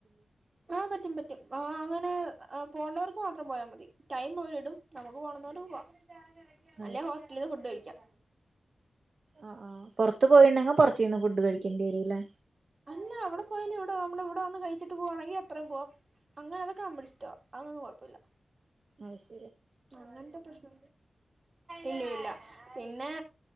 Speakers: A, on the right; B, on the right.
A: ആഹ് പറ്റും പറ്റും ആ അങ്ങനെ. ആ പോണവർക്ക് മാത്രം പോയാൽ മതി ടൈം ഓരിഇടും നമുക്ക് പോണന്നവർക്ക് പോവാം.
B: ആഹ്
A: അല്ല ഹോസ്റ്റലിൽ നിന്ന് ഫുഡ് കഴിക്കാം.
B: ആ ആ് പൊറത്ത് പോയിണ്ടെങ്കി പുറതീന്ന് ഫുഡ് കഴിക്കേണ്ടി വരൂല്ലേ.
A: അല്ല അവിടെ പോയല് ഇവിട നമ്മള ഇവിടെ വന്ന് കഴിച്ചിട്ട് പോവാണെങ്കിൽ അത്രയും പോവാം. അങ്ങനെ അതൊക്കെ നമ്മുടെ ഇഷ്ട അതൊന്നും കുഴപ്പല്ല.
B: അശെ
A: അങ്ങനെത്തെ പ്രശ്ന ഇല്ല ഇല്ല. പിന്നെ